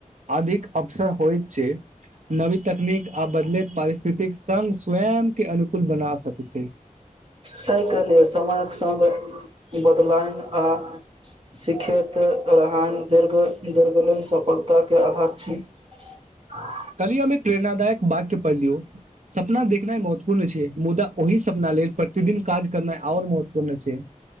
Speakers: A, on the right; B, on the right.
A: अधिक अवसर होइ छै नवीन तकनीक आ बदलैत पारिस्थितिक संग स्वयं के अनुकूल बना सकै
B: सही कहलियै समयक संग बदलायन आ सीखैत रहन दिर्घ दीर्घलिन सफलताके आधार छ <unintelligible>
A: कल्हिये हम एक प्रेरणादायक वाक्य पढ़लियौ सपना देखनाइ महत्वपूर्ण छै मुदा ओहि सपना लेल प्रतिदिन काज करना आओर महत्वपूर्ण छै